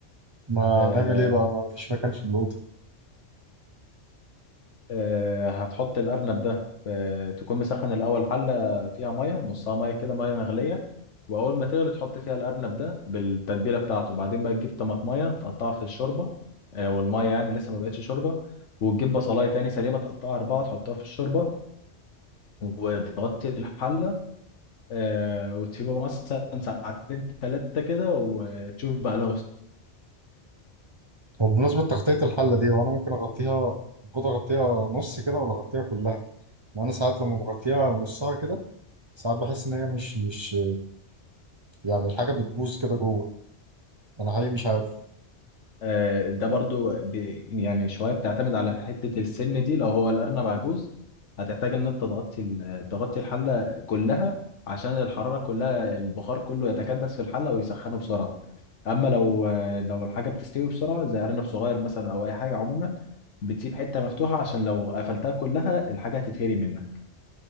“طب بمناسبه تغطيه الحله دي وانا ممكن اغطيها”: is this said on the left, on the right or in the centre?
Right